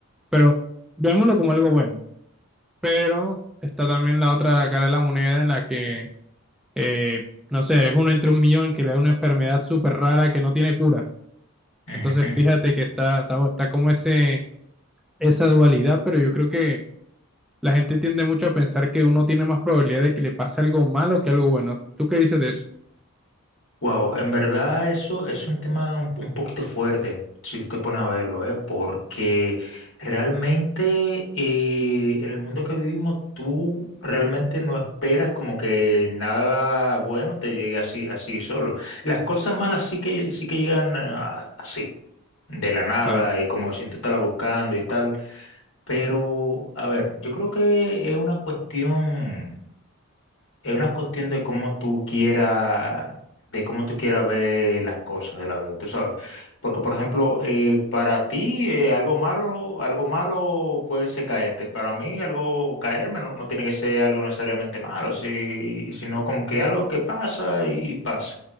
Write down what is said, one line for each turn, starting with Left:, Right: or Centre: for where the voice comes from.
Centre: pero veámoslo como algo bueno. Pero está también la otra cara de la moneda en la que eh, no sé, eres uno entre un millón que le da una enfermedad súper rara que no tiene cura.
Left: Ujú,
Centre: Entonces,
Left: ujú.
Centre: fíjate que está, está, está como ese, esa dualidad, pero yo creo que la gente tiende mucho a pensar que uno tiene más probabilidad de que le pase algo malo que algo bueno. ¿Tú qué dices de eso?
Left: Wow, en verdad eso es un tema un, un poquito fuerte, si tú te pones a verlo, ¿eh? Porque realmente eh, en el mundo que vivimos tú realmente no esperas como que nada bueno te llegue así, así solo. Las cosas malas sí que, sí que llegan ah, así, de la nada
Centre: Claro,
Left: y como sin tú estarla buscando y tal. Pero, a ver, yo creo que es una cuestión... Es una cuestión de cómo tú quieras, de cómo tú quieras ver las cosas de la vida, tú sabes. Porque, por ejemplo, eh, para ti eh, algo malo, algo malo puede ser caerte. Para mí algo caerme no, no tiene que ser algo necesariamente malo, si- sino como que algo que pasa y pasa.